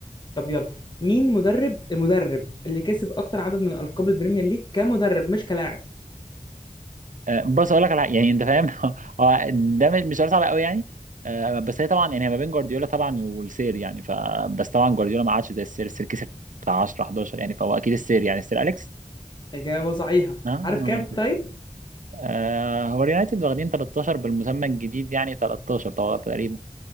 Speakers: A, on the left; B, on the right.
A: طب يلا مين مدرب المدرب اللي كسب اكتر عدد من القاب البريمير ليج كمدرب مش كلاعب
B: آه بص اقول لك على يعني انت فاهم <laughs> هو ده م- مش سؤال صعب قوي يعني آه بس هي طبعا يعني هي ما بين جوارديولا طبعا والسير يعني ف بس طبعا جوارديولا ما عادش زي السير السير كسب بتاع 10 11 يعني فهو اكيد السير يعني السير اليكس
A: إجابة صحيحة
B: اه
A: عارف
B: ما
A: كام
B: منطقي
A: طيب
B: آه آه، هو اليونايتد واخدين 13 بالمسمى الجديد يعني 13 طبعا تقريبا